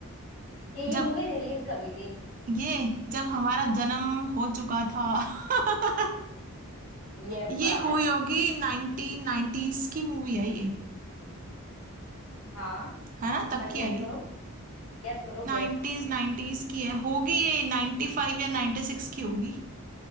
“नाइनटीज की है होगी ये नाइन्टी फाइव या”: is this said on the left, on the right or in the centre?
Right